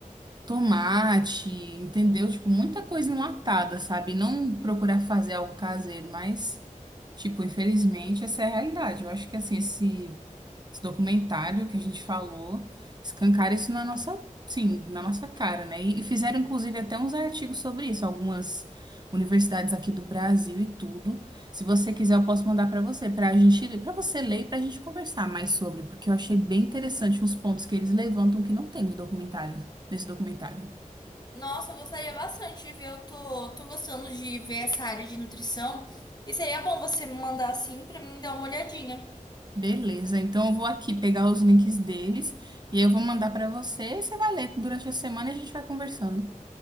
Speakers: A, on the right (about 30°); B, on the left (about 30°).
A: tomate, entendeu? Tipo, muita coisa enlatada, sabe? Não procurar fazer algo caseiro, mas, tipo, infelizmente, essa é a realidade. Eu acho que, assim, esse esse documentário que a gente falou, escancara isso na nossa, sim, na nossa cara, né? E e fizeram, inclusive, até uns artigos sobre isso, algumas universidades aqui do Brasil e tudo. Se você quiser, eu posso mandar para você, para a gente, para você ler e para a gente conversar mais sobre, porque eu achei bem interessante uns pontos que eles levantam que não tem nos documentários, nesse documentário.
B: Nossa, eu gostaria bastante de ver. Eu tô, tô gostando de ver essa área de nutrição. E seria bom você me mandar assim pra mim dar uma olhadinha.
A: Beleza, então eu vou aqui pegar os links deles e aí eu vou mandar para você e você vai ler durante a semana e a gente vai conversando.